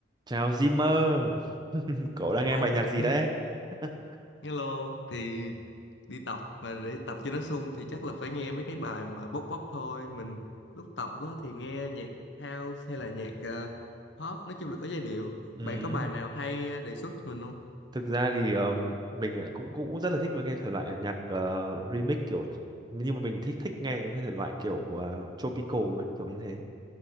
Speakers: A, on the right; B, on the left.
A: Chào Zimmer, <laughs> cậu đang
B: Ủa,
A: nghe bài nhạc gì
B: thế-
A: đấy? <laughs>
B: hello thì đi tập mà để tập cho nó sung thì chắc là phải nghe mấy cái bài mà bốc bốc thôi. Mình lúc tập á, thì nghe nhạc house hay là nhạc ờ, pop, nói chung là có giai điệu.
A: Ừm,
B: Bạn có bài nào hay ờ, đề xuất cho mình không?
A: Thực ra thì ờm, mình lại cũng cũng rất là thích mấy cái thể loại nhạc ờ, remix kiểu nhưng mà mình thích thích nghe những cái thể loại kiểu uh, tropical ấy, kiểu như thế.